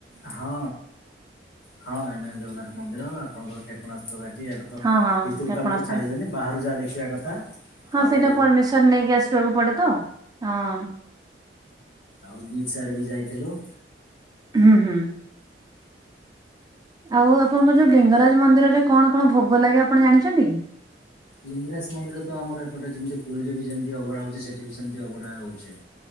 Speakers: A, on the left; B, on the right.
A: ହଁ ହଁ ଏଇମ ଜଗନ୍ନାଥ ମନ୍ଦିର ଆପଣଙ୍କର କେତେ କ୍ଷଣାଟା ତ
B: ହଁ ହଁ
A: ଭିତରୁ
B: ଆପଣ
A: ତମକୁ
B: ଆସିଥିବେ
A: ଛାଡିଦେନି ବାହାରୁ ଯାହା ଦେଖିବା କଥା।
B: ହଁ
A: ଆଉ
B: ସେଇଟା ପରମିସନ ନେଇକି ଆସିବାକୁ ପଡେ ତ ହଁ।
A: ଆଉ ବିଚ ଆଡେ ବି ଯାଇଥିଲୁ ହଁ।
B: ହୁଁ ହୁଁ ଆଉ ଆପଣଙ୍କ ଯୋଉ ଡେଙ୍ଗରାଜ ମନ୍ଦିରରେ କଣ କଣ ଭୋଗ ଲାଗେ ଆପଣ ଜାଣିଛନ୍ତି କି?
A: ଲିଙ୍ଗରାଜ ମନ୍ଦିର ତ ଆମର ଏପଟେ ଯେମିତି ପୁରୀରେ ବି ଯେମିତି ଅବ଼ାଉଛି ସେଠି ବି ସେମିତି ଅଭଢା ହେଉଛି।